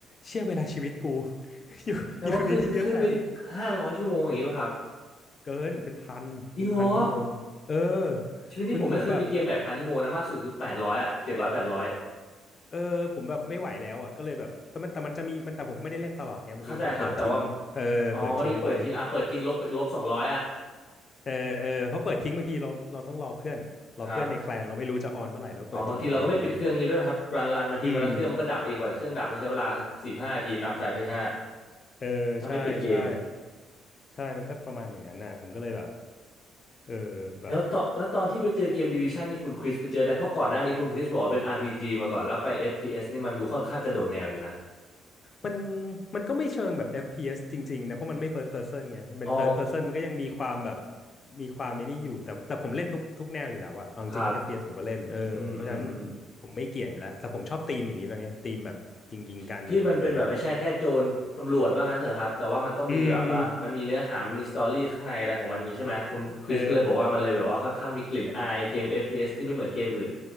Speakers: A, on the left; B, on the left.
A: เชื่อเวลาชีวิตกู <laughs> อยู่อยู่ในนี้เยอะขนาดนี้
B: แสดงว่าขึ้นขึ้นไปห้าร้อยชั่วโมงอย่างนี้ป่ะครับ
A: เกินเป็นพันเป็นพันชั่วโมงเออ
B: จริงเหรอชีวิตนี้ผมไม่เคยมีเกมไหนพันชั่วโมงนะมากสุดคือแปดร้อยอ่ะเจ็ดร้อยแปดร้อย
A: จนผมแบบ เออผมแบบไม่ไหวแล้วอ่ะก็เลยแบบแต่มันแต่มันจะมีมันแต่ผมไม่ได้เล่นตลอดไงบางทีผมเปิดทิ้งเออเปิดทิ้งไว้
B: เข้าใจครับแต่ว่าอ๋อมันมีเปิดทิ้งอ่ะเปิดทิ้งลบลบสองร้อยอ่ะ
A: เออเออเพราะเปิดทิ้งบางทีเราเราต้องรอเพื่อนรอเพื่อนในแคลนเราไม่รู้จะออนเมื่อไหร่เราก็เปิดทิ้งไว้อะไรเงี้ย
B: ครับอ๋อบางทีเราก็ไม่ปิดเครื่องนี้ด้วยไหมครับรันรันมันทิ้งไว้แล้วเครื่องมันก็ดับเองกว่าเครื่องดับก็ใช้เวลาสี่ห้านาทีตามสายพีห
A: อืม
B: s า
A: เออใช่ใช่
B: ถ้าไม่ปิดเกม
A: ใช่มันก็ประมาณอย่างนั้นน่ะผมก็เลยแบบเออแบบ
B: แล้วตอนแล้วตอนที่ไปเจอเกมดิวิชันนี่คุณคริสไปเจอได้เพราะก่อนหน้านี้คุณคริสบอกว่าเป็น r จีมาก่อนแล้วไปเอ s นี่มันดูค่อนข้างกระโดดแนวอยู่นะ
A: มันมันก็ไม่เชิงแบบ FPS จริงๆนะเพราะมันไม่ first person ไงมันเป็น
B: อ๋อ
A: third person มันก็ยังมีความแบบมีความไม่นี่อยู่แต่แต่ผมเล่นทุกทุกแนวอยู่แล้วอะเอาจริงๆ
B: ครับ
A: FPS ผมก็เล่นเออเพราะฉะนั้น
B: อืมอืมอืม
A: ผมไม่เกี่ยงอยู่แล้วแต่ผมชอบธีมอย่างนี้แล้วไงธีมแบบยิงยิงกันหรืออะไรอย่างเงี้ย
B: ที่ที่มันเป็นแบบไม่ใช่แค่โจรตำรวจว่างั้นเถอะครับแต่ว่ามันต้องมีแบบเออมันมีเนื้อหามีสตอรี่ข้างในอะไรของมันงี้ใช่ไหมคุณคริสก็เลยบอกว่ามันเลยแบบว่าค่อนข้างมีกลิ่นอายเกม
A: อืมเออ
B: FPS ที่ไม่เหมือนเกมอื่น